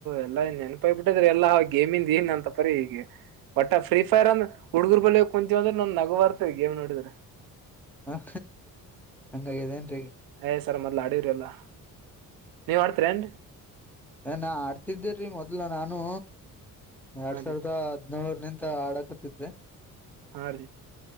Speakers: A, on the right; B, in the centre.
A: ಎಲ್ಲಾ ನೆನ್ಪಾಯ ಬಿಿಟ್ಟಿದ್ರೀ ಎಲ್ಲಾ ಗೇಮಿಂದ ಏನ್ ಅಂತಪ್ಪರಿೀ ಈೀಗೆ ಒಟ್ಟಾ ಫ್ರೀ ಫೈರ್ ಅಂದ ಹುಡ್ಗರ್ ಬಳ ಕುಂತೀವ ಅಂದ್ರೆ ನ್ ನಗು ಬರ್ತವ ಗೇಮ್ೋಿದ್ರೆ
B: ಹ ಹಂಗದೇನ್ರಿೀ
A: ಏ ಸರ್ ಮೊದ್ಲ ಆಡರಿಲ್ಲ ನೀವ ಆಡ್ತರನ್ರೀ
B: ಏ ನಾ ಆಡ್ತಿದ್ದೇರೀ ಮೊದ್ಲ ನಾನು ಎರಡ್
A: ಹಾ
B: ಸಾವಿರದ
A: ರೀ
B: ನೂರ್ ನಿಂತ ಆಡಕತ್ತಿದ್ರರಿ
A: ಹಾ ರೀ